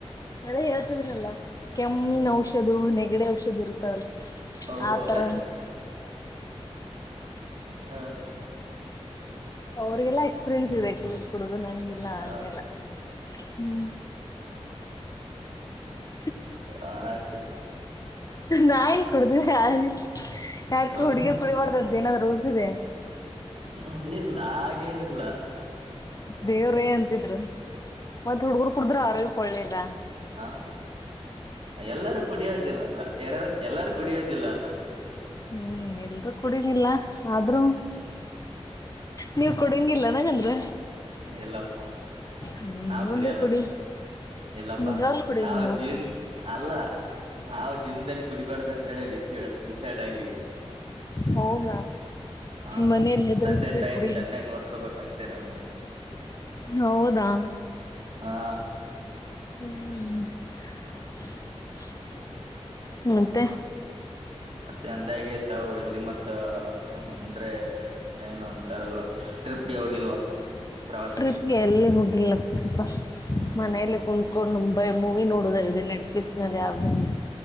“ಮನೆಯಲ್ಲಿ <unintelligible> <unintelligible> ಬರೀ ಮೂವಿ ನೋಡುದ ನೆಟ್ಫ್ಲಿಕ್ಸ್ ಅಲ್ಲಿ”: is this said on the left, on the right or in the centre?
Left